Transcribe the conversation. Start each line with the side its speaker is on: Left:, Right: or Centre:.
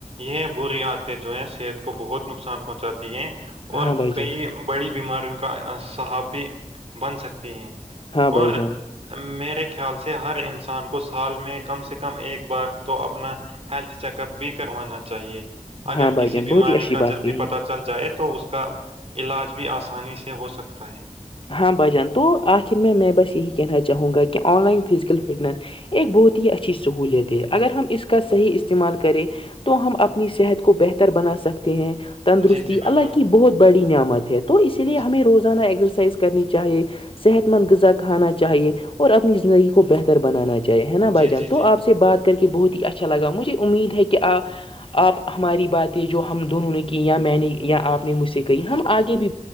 Right: یہ بری آتےیں جو ہیں صحت کو بہت نقصان پہنچاتی ہیں اور
Left: ہاں بھائی
Right: کئی
Left: جان
Right: بڑی بیماریوں کا صحاب بھی بن سکتی ہیں
Left: ہاں بھائی
Right: اور
Left: جان
Right: میرے خیال سے ہر انسان کو سال میں کم سے کم ایک بار تو اپنا ہیلتھ چیک اپ بھی کروانا چاہیے اگر
Left: ہاں بھائی
Right: کسی
Left: جان
Right: بیماری
Left: بہت ہی اچھی
Right: کا
Left: بات
Right: جلدی
Left: کہی
Right: پتا چل جائے تو اس کا علاج بھی آسانی سے ہو سکتا ہے
Left: ہاں بھجان تو آخر میں میں بس یہی کہنا چاہوں گا کہ آن لائن فزیکل فٹنس ایک بہت ہی اچھی سہولیت ہے اگر ہم اس کا صحیح استعمال کریں تو ہم اپنی صحت کو بہتر بنا سکتے ہیں تندرستی
Right: جی جی بالکل
Left: اللہ کی بہت بڑی نعمت ہے تو اسی لیے
Right: جی
Left: ہمیں روزانہ ایکسرسائز کرنی چاہیے صحت مند غذا کھانا چاہیے اور اپنی زندگی کو بہتر بنانا چاہیے ہے نا
Right: جی
Left: بھائی جان
Right: جی جی
Left: تو آپ سے بات کر کے بہت ہی اچھا لگا مجھے امید ہے کہ آپ آپ ہماری باتیں جو ہم دونوں نے کییں یا میں نے یا آپ نے مجھ سے کہی ہم آگ بھی